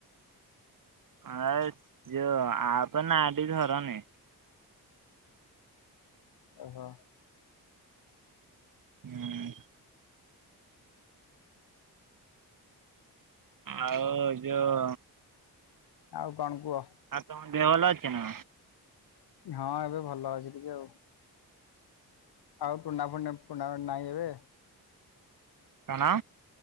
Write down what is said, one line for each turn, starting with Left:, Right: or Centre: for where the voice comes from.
Right: ହାସ୍ ଯୋଉ ଆପ ନା ଟି ଧରନି।
Left: ଓହୋ।
Right: ହୁଁ। ଆଉ ଯୋଉ
Left: ଆଉ କଣ କୁହ?
Right: ଆଉ ତମ ଦେହ ଭଲ ଅଛି ନା?
Left: ହଁ ଏବେ ଭଲ ଅଛି ଟିକେ ଆଉ। ଆଉ ଟୁନାଫୁଣ୍ଟା ଟୁନାମେଣ୍ଟ ନାଇ ଏବେ?
Right: କଣ?